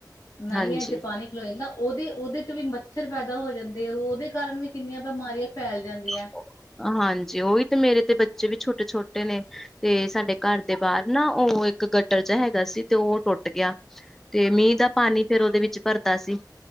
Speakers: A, on the left (about 55°); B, in the centre.
A: ਨਾਲੀਆਂ
B: ਹਾਂਜੀ
A: ਚ ਪਾਨੀ ਖਲੋ ਜਾਂਦਾ, ੳਦੇ-ੳਦੇ ਚ ਵੀ ਮੱਛਰ ਪੈਦਾ ਹੋ ਜਾਂਦੇ ਆ ੳਦੇ ਕਾਰਨ ਵੀ ਕਿੰਨੀਆਂ ਬਿਮਾਰੀਆਂ ਫੈਲ ਜਾਂਦੀਆਂ।
B: ਹਾਂ- ਹਾਂਜੀ ਉਈ ਤੇ ਮੇਰੇ ਤੇ ਬੱਚੇ ਵੀ ਛੋਟੇ-ਛੋਟੇ ਨੇ ਤੇ ਸਾਡੇ
A: ਹਾਂਜੀ
B: ਘਰ ਦੇ ਬਾਰ ਨਾ ੳ ਇੱਕ ਗਟਰ ਜਿਹਾ ਹੈਗਾ ਸੀ ਤੇ ੳ ਟੁੱਟ ਗਿਆ ਤੇ
A: ਅੱਛਾ।
B: ਮੀਂ ਦਾ ਪਾਨੀ ਫੇਰ ੳਦੇ ਵਿੱਚ ਭਰਦਾ ਸੀ,